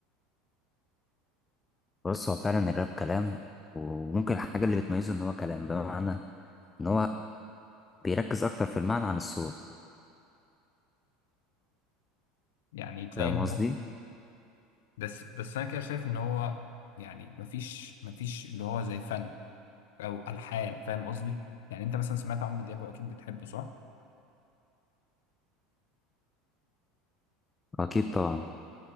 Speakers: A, on the left (about 20°); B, on the left (about 75°).
A: بص هو فعلا الراب كلام وممكن الحاجه اللي بتميزه ان هو كلام بمعنى ان هو بيركز اكتر في المعنى عن الصوت
B: يعني تلاقي
A: فاهم
B: إن
A: قصدي
B: هو بس بس أنا كده شايف إن هو يعني مفيش مفيش اللي هو زي فن أو ألحان فاهم قصدي؟ يعني أنت مثلا سمعت عمرو دياب وأكيد بتحبه صح؟
A: اكيد طبعا